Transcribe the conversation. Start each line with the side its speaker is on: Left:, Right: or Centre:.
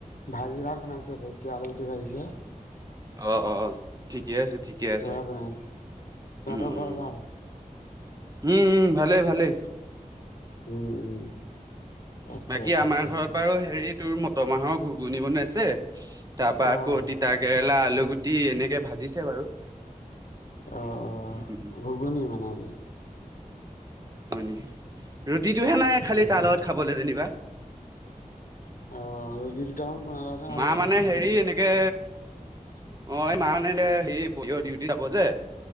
Left: ভাজি ভাত বনাইছে দেকিয়া আলুগুটি ভাজিছে।
Right: অ অ অ ঠিকেই আছে ঠিকে
Left: সেয়াই
Right: আছে
Left: বনাইছে। তহঁতৰ
Right: উম
Left: ঘৰত
Right: উম
Left: ভাল?
Right: উম হম ভালে ভালে।
Left: উম উম তাকে
Right: বাকী
Left: তাকে।
Right: আমাৰ ঘৰত বাৰু হেৰিত তোৰ মটৰ মাহৰ ঘুগুনি বনাইছে, তাৰ পৰা
Left: অ
Right: আকৌ তিতা কেৰেলা, আলু গুটি এনেকে ভাজিছে বাৰু।
Left: অ অ
Right: উম উম
Left: ঘুগুনি মানে আজি।
Right: হয় ৰুটিটোহে নাই খালি
Left: উম
Right: তাৰ লগত খাবলৈ যেনিবা।
Left: আহ ৰুটি দুটামান বনাই লোৱা হেতেন ভালে
Right: মা মানে
Left: আছিলে।
Right: হেৰি এনেকে
Left: <unintelligible>
Right: অ এই মা মানে এতিয়া সেৰি পলিঅ ডিউটি যাব যে